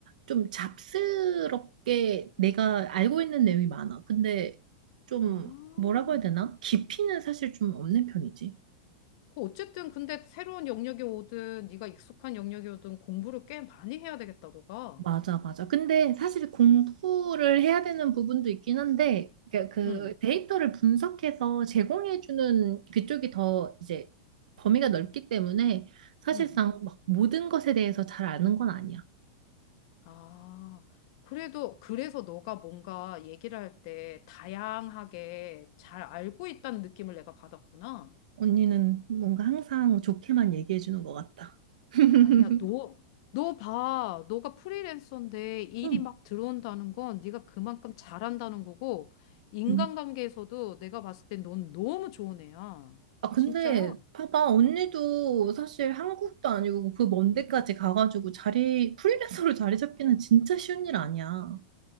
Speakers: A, on the right (about 75°); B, on the left (about 40°).
A: 좀 잡스럽게 내가 알고 있는 내용이 많아. 근데 좀
B: 아,
A: 뭐라고 해야 되나? 깊이는 사실 좀 없는 편이지.
B: 그 어쨌든 근데 새로운 영역이 오든 네가 익숙한 영역이 오든 공부를 꽤 많이 해야 되겠다, 너가.
A: 맞아, 맞아. 근데 사실 공부를 해야 되는 부분도 있긴 한데, 그러니까 그
B: 응,
A: 데이터를 분석해서 제공해주는 그쪽이 더 이제 범위가 넓기 때문에 사실상
B: 응.
A: 막 모든 것에 대해서 잘 아는 건 아니야.
B: 아, 그래도 그래서 너가 뭔가 얘기를 할 때 다양하게 잘 알고 있다는 느낌을 내가 받았구나.
A: 언니는 뭔가 항상 좋게만 얘기해주는 것 같다. <laughs>
B: 아니야, 너, 너 봐. 너가 프리랜서인데 일이
A: 응.
B: 막 들어온다는 건 네가 그만큼 잘한다는 거고, 인간관계에서도
A: 음.
B: 내가 봤을 땐 넌 너무 좋은 애야.
A: 아, 근데
B: 진짜야.
A: 봐봐. 언니도 사실 한국도 아니고 그 먼 데까지 가가지고 자리, 프리랜서로 자리 잡기는 진짜 쉬운 일 아니야.